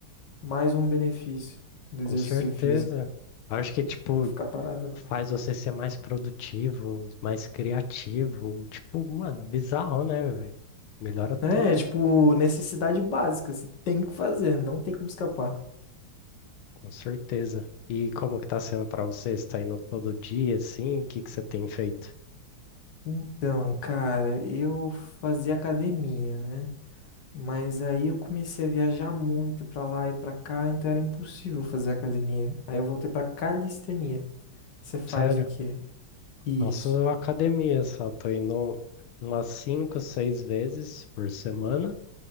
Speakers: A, on the left; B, on the left.
A: mais um benefício do
B: Com
A: exercício
B: certeza.
A: físico.
B: Acho que, tipo,
A: Não dá pra ficar parado, não.
B: faz você ser mais produtivo, mais criativo. Tipo, mano, bizarro, né? velho? Melhora
A: Né?
B: tudo,
A: É, tipo, necessidade básica, você tem que fazer, não tem como escapar.
B: com certeza. E como que tá sendo pra você? Você tá indo todo dia, assim? O que que você tem feito?
A: Então, cara, eu fazia academia, né? Mas aí eu comecei a viajar muito pra lá e pra cá, então era impossível fazer academia. Aí eu voltei pra calistenia. Você faz
B: Sério?
A: o quê? Isso.
B: Faço academia só, tô indo umas cinco, seis vezes por semana